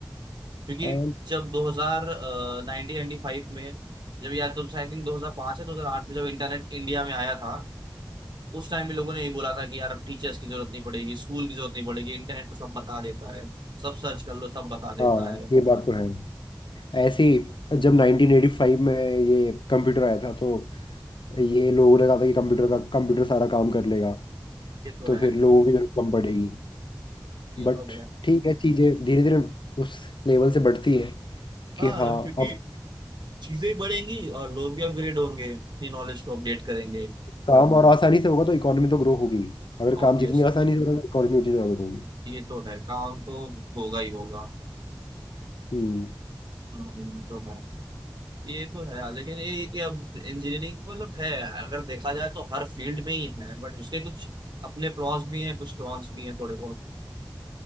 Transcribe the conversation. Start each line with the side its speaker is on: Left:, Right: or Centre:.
Right: क्योंकि
Left: हाँ
Right: जब 2000 1995 में जब या तो आई थिंक 2005 है 2008 में जब इंटरनेट इंडिया में आया था उस टाइम भी लोगों ने यही बोला था कि यार अब टीचर्स की जरूरत नहीं पड़ेगी स्कूल की जरूरत नहीं पड़ेगी इंटरनेट तो सब बता देता है सब सर्च कर लो सब बता देता
Left: हाँ,
Right: है
Left: ये बात तो है ऐसे ही जब 1985 में ये कंप्यूटर आया था तो ये लोगों ने कहा था कि कंप्यूटर का कंप्यूटर सारा काम कर लेगा
Right: ये तो
Left: तो
Right: है
Left: फिर लोगों की जरूरत कम पड़ेगी
Right: ये
Left: बट
Right: तो है
Left: ठीक है चीजें धीरे धीरे उस लेवल से बढ़ती है कि
Right: हाँ
Left: हाँ
Right: क्योंकि
Left: अब
Right: चीजें बढ़ेंगी और लोग भी अपग्रेड होंगे अपनी नॉलेज को अपडेट करेंगे
Left: काम और आसानी से होगा तो इकोनॉमी तो ग्रो होगी अगर
Right: ऑब्वियस
Left: काम जितनी आसानी से होगा तो इकोनॉमी उतनी ज्यादा ग्रो होगी
Right: ये तो है काम तो होगा ही होगा
Left: हम्म
Right: हम्म, तो है ये तो है लेकिन ये ये कि अब इंजीनियरिंग मतलब है अगर देखा जाए तो हर फील्ड में ही है बट उसके कुछ अपने प्रॉस भी हैं कुछ कॉन्स भी हैं थोड़े बहुत